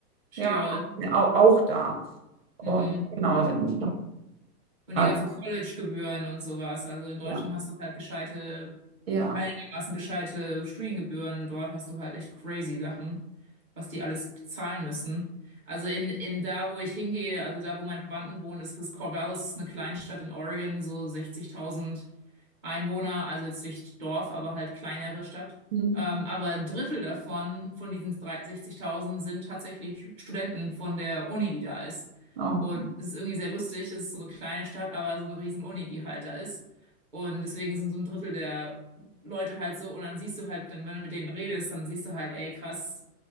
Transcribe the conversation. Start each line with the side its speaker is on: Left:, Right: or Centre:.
Centre: Schere.
Right: ja, auch, auch da.
Centre: Mhm.
Right: Und genau, dann,
Centre: Und
Right: also,
Centre: die ganzen College-Gebühren und sowas. Also in Deutschland
Right: ja,
Centre: hast du halt gescheite
Right: ja,
Centre: einigermaßen gescheite Studiengebühren und dort hast du halt echt crazy Sachen, was die alles bezahlen müssen. Also in, in da, wo ich hingehe, also da, wo meine Verwandten wohnen, ist das Corvallis, eine Kleinstadt in Oregon, so 60.000 Einwohner, also jetzt nicht Dorf, aber halt kleinere Stadt.
Right: hm,
Centre: Ähm, aber ein Drittel davon, von diesen 3 60.000, sind tatsächlich Studenten von der Uni, die da ist.
Right: oh,
Centre: Und es ist irgendwie sehr lustig, das ist so eine kleine Stadt, aber so eine riesen Uni, die halt da ist. Und deswegen sind so ein Drittel der Leute halt so und dann siehst du halt, dann, wenn du mit denen redest, dann siehst du halt, ey, krass,